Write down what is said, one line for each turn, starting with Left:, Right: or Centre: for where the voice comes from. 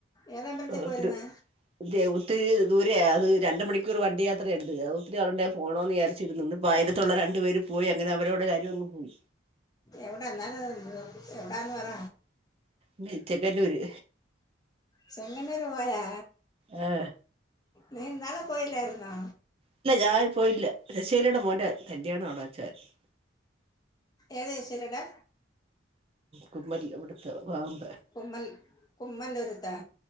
Left: ഏതമ്പലത്തിൽ
Right: തി
Left: പോയിരുന്ന്
Right: അതൃ ഇതെ ഒത്തിരി ദൂരെയാ, അത് രണ്ട് മണിക്കൂർ വണ്ടി യാത്രയുണ്ട്, അത് ഒത്തിരി വളണ്ടേ പോണോന്ന് വിചാ ച്ചിരുന്നു ന്ന്പ്പ അയിലത്തുള്ള രണ്ടു പേര് പോയി അങ്ങനെ അവരോടെ ഞാനു അങ്ങ് പോയി.
Left: എവിടാന്നാലും എവിടാന്ന് പറ
Right: മ ചെങ്ങന്നൂര്
Left: ചെങ്ങന്നുർ പോയാ
Right: ആ
Left: നീന്നാള്ളു പോയിലായിരുന്നോ?.
Right: ഇല്ല ഞാൻ പോയില്ല. ശശികലയുടെ മോൻ്റെ കല്യാണം അവിടെ വച്ചായിരുന്നു.
Left: ഏത് ശികലടെ
Right: കുമൽ വിടുത്തെ വാമ്പ
Left: കുമ്മൽ കുമ്മന്നൂരിത്തെ?.